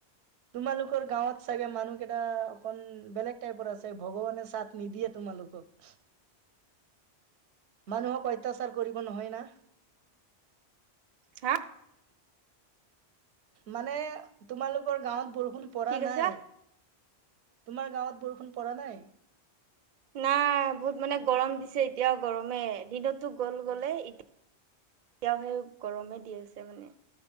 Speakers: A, on the right; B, on the right.
A: তোমালোকৰ গাঁৱত চাগে মানুহ কেইটা অকন বেলেগ টাইপৰ আছে, ভগৱানে চাট নিদিয়ে তোমালোকক। মানুহক অত্যাচাৰ কৰিব নহয় না
B: হা।
A: মানে তোমালোকৰ গাঁৱত বৰষুণ পৰা
B: কি কৈছা
A: নাই। তোমাৰ গাঁৱত বৰষুণ পৰা নাই।
B: নাই, বহুত মানে গৰম দিছে, এতিয়াও গৰমে দিনতো গ'ল গ'লে। এতিয়া এতিয়াও সেই গৰমে দি আছে মানে।